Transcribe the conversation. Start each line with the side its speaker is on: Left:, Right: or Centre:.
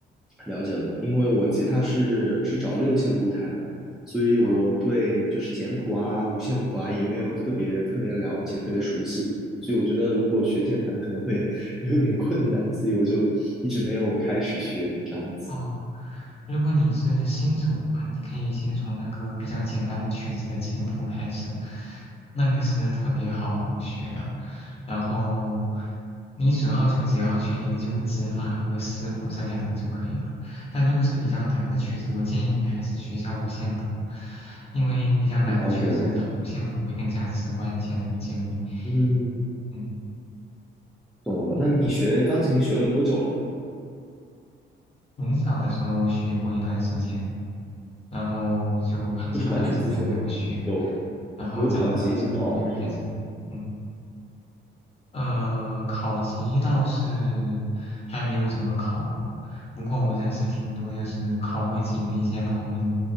Centre: 了解了，因为我吉他是是找六线谱弹的，所以我对就是简谱啊、
Left: 哦，
Centre: 五线谱啊也没有特别特别了解、特别熟悉，所以我觉得如果学键盘可能会 <laughs> 有点困难，所以我就一直没有开始学这样子。
Left: 哦，如果你是新手的话，你可以先从那个比较简单的曲子的简谱开始，那个是特别好学的。然后你主要就只要去研究指法和食谱这两个就可以了。但如果是比较难的曲子，我建议你还是学下五线谱，因为比较难的曲子它五线谱会更加直观一些那个键位。
Centre: 了解了，嗯，
Left: 嗯。
Centre: 懂了。那你学钢琴学了多久了？
Left: 很小的时候学过一段时间，然后就很长一段时间没有学，
Centre: 就是完全自学了，有
Left: 然后长大了之后又开始，
Centre: 有考级，有找老师学吗？
Left: 嗯，呃，考级倒是还没有怎么考过，不过我认识挺多就是考过级的一些朋友，